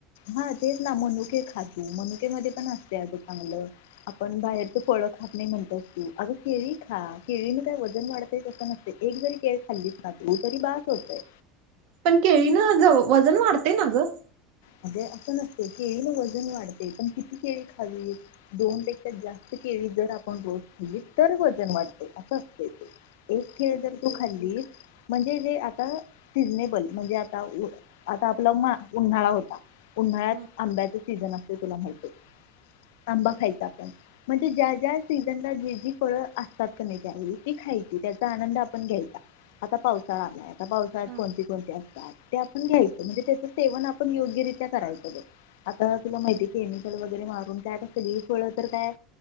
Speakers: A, on the left (about 80°); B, on the right (about 60°).
A: हा तेच ना मनुके खा तु मनुके मध्ये पण असते अज चांगलं. आपण बाहेरच पळ खात नाही म्हणत असतू आग केळी खा केळीने काय वजन वाढत. ते कसं नसते एक जरी केळ खाल्लीच ना तू तरी बास होतय.
B: पण केळीन वजन वाढते ना ग.
A: म्हणजे असं नसते केळीला वजन वाढते पण किती केळी खावी. दोन पेक्षा जास्त केळी जर आपण रोज केली तर वजन वाढत असं असतंय ते. एक केळ, जर तू खाल्ली म्हणजे जे आता, सिझनेबल, म्हणजे आता, उ-आता आपला, उन्हाळा होत उन्हाळ्यात
B: हा
A: आंब्याचे सीझन असते, तुला माहीती, आंबा खायचा आपण म्हणजे ज्या ज्या सीझनला, जे जी फळं असतात, क् नाई, त्यां वेळी, ती खायची, त्याचा आनंद आपण घ्यायचा. आता पावसाळा आलाय, आता पावसाळ्यात
B: हा
A: कोणती- कोणते असतात, ते आपण घ्यायचं, म्हणजे त्याचं सेवन आपण यो ग्य रित्या करायचं. आता तुला माहितीय, केमिकल वगैरे मारून, काय आता सगळी फळ, तर काय,